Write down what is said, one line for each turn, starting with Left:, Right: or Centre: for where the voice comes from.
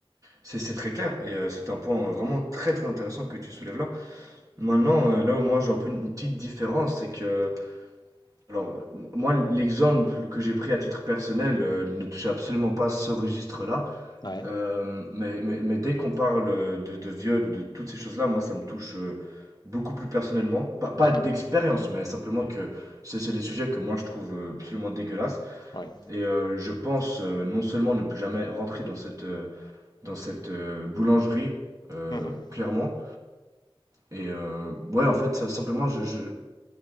Right: C'est c'est très clair et euh, c'est un point euh, vraiment très très intéressant que tu soulèves là. Maintenant, euh, là où moi j'ai un peu une une petite différence, c'est que, alors, m- moi l'exemple que j'ai pris à titre personnel euh, ne touchait absolument pas ce registre-là,
Left: ouais.
Right: Euh, mais, mais, mais dès qu'on parle euh, de, de viol ou de toutes ces choses-là, moi ça me touche euh, beaucoup plus personnellement. Pas, pas
Left: Ah
Right: d'expérience,
Left: bon?
Right: mais simplement
Left: Mhm.
Right: que c'est c'est des sujets que moi je trouve euh, absolument dégueulasses
Left: Ouais.
Right: et euh, je pense euh, non seulement ne plus jamais rentrer dans cette... euh, dans cette euh, boulangerie, euh,
Left: Mhm.
Right: clairement. Et euh, ouais, en fait, ça, simplement, je, je-